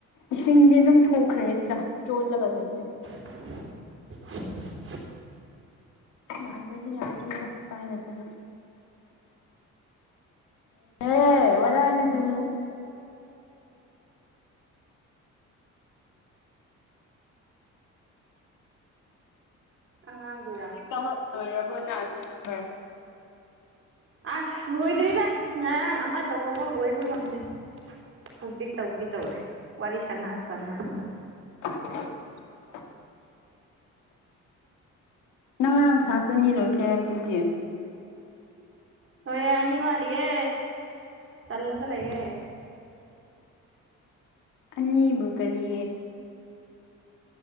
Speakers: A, on the left (about 85°); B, on the right (about 45°).
A: ꯏꯁꯤꯡꯗꯤ ꯑꯗꯨꯝ ꯊꯣꯛꯈ꯭ꯔꯦꯗ ꯆꯣꯠꯂꯒ ꯂꯩꯇꯦ
B: <inaudible>
A: ꯌꯥꯗ꯭ꯔꯗꯤ ꯌꯥꯗ꯭ꯔꯦꯗ ꯎꯄꯥꯏ ꯂꯩꯇꯗꯤ ꯑꯦꯍꯦ ꯋꯍꯥꯠ ꯑꯥꯔ ꯌꯨ ꯗꯨꯏꯡ
B: ꯑꯉꯥꯡꯗꯨꯔꯥ
A: ꯊꯕꯛ ꯂꯣꯏꯔꯕ꯭ꯔꯣꯅ ꯑꯟꯁꯔ ꯄꯦꯄꯔ
B: ꯑꯁ ꯂꯣꯏꯗ꯭ꯔꯤꯗ ꯉꯔꯥꯡ ꯑꯃ ꯇꯧꯕꯐꯥꯎ ꯂꯣꯏꯕ ꯉꯝꯗꯦ ꯍꯧꯖꯤꯛ ꯇꯧꯒꯦ ꯇꯧꯔꯤ ꯋꯥꯔꯤ ꯁꯥꯟꯅ ꯁꯥꯟꯅꯅ
A: <inaudible> ꯅꯪ ꯉꯔꯥꯡ ꯀ꯭ꯂꯥꯁ ꯑꯅꯤ ꯂꯣꯏꯈ꯭ꯔꯦ ꯍꯥꯏꯕꯗꯨꯗꯤ
B: ꯂꯣꯏꯔꯦ ꯑꯅꯤ ꯋꯥꯠꯂꯤꯌꯦ ꯇꯜꯂꯒ ꯂꯩꯔꯦ
A: ꯑꯅꯤꯕꯨ ꯀꯔꯤ